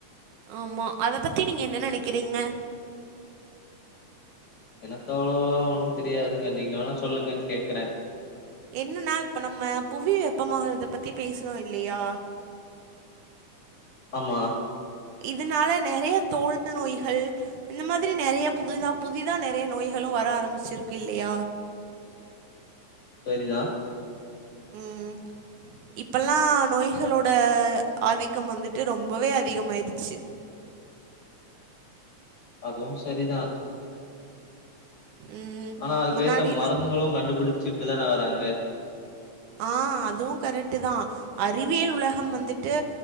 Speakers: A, on the right (about 85°); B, on the left (about 35°).
A: ஆமா அத பத்தி நீங்க என்ன நினைக்கிறீங்க
B: எனக்கு அவ்ளோவா ஒண்ணு தெரியாதுங்க நீங்க வேணா சொல்லுங்க கேக்குற
A: என்னன்னா இப்ப நம்ம புவி வெப்பமாகறத பத்தி பேசனோ இல்லையா
B: ஆமா
A: இதுனால நெறைய தோல் நோய்ஹள் இந்த மாதிரி நெறைய புதிதா புதிதா நெறைய நோய்களும் வர ஆரம்பிச்சிர்க்கு இல்லையா
B: செரிதா
A: ம் இப்பல்லா நோய்ஹளோட ஆதிக்கம் வந்துட்டு ரொம்பவே அதிகமாயிருச்சி
B: அதுவும் சரிதான்
A: ம்
B: ஆனா அதுக்கேத்த
A: முன்னாடில்லா
B: மருந்துகளு கண்டுபுடிச்சியிட்டு தான வராங்க
A: ஆ அதுவும கரெக்ட்டுதா அறிவியல் உலஹம் வந்துட்டு